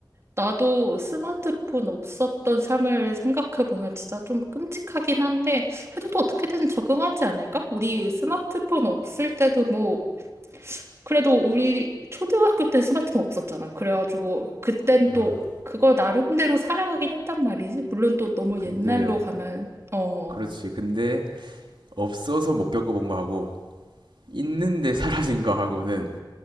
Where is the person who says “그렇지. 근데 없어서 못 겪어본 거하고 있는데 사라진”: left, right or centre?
Right